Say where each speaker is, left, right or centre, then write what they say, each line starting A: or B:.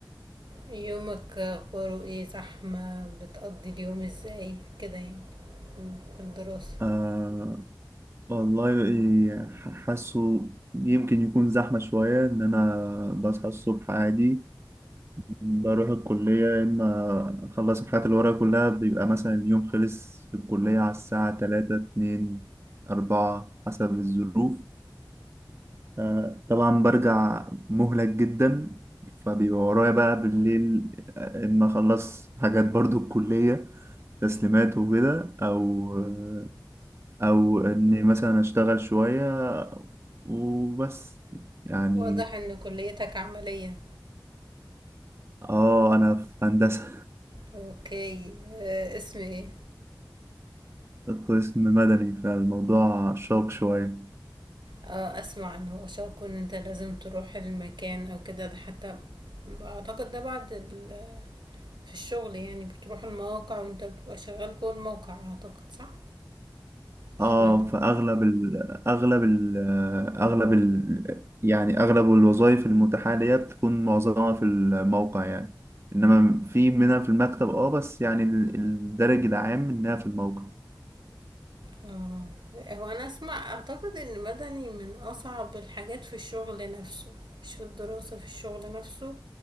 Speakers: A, on the right; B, on the right.
A: يومك اخباره ايه زحمة بتقضي اليوم ازاي كده يعني في الدراسة
B: آه والله إيه، ح- حاسه يمكن يكون زحمة شوية إن أنا بصحى الصبح عادي بروح الكلية يا إما أخلص الحاجات اللي ورايا كلها بيبقى مثلا اليوم خلص في الكلية على الساعة تلاتة اتنين أربعة حسب الظروف آه، طبعا برجع مهلك جدا فبيبقى ورايا بقى بالليل آه، اما اخلص حاجات برضو الكلية تسليمات وكده او آه، او اني مثلا اشتغل شوية وبس يعني
A: واضح ان كليتك عملية
B: اه انا في هندسة
A: اوكي آه، اسم ايه
B: قسم مدني فالموضوع شاق شوية
A: اه اسمع ان هو شاكو ان انت لازم تروح المكان او كده ده حتى اعتقد ده بعد ال في الشغل يعني بتروح المواقع وانت بتبقى شغال جوه الموقع اعتقد صح في
B: اه
A: مدى
B: فاغلب ال اغلب ال اغلب ال يعني اغلب الوظائف المتاحه ليا بتكون معظمها في الموقع يعني انما في منها في المكتب اه بس يعني ال- الدرج العام انها في الموقع
A: اه هو انا اسمع اعتقد ان مدني من اصعب الحاجات في الشغل نفسه مش في الدراسة في الشغل نفسه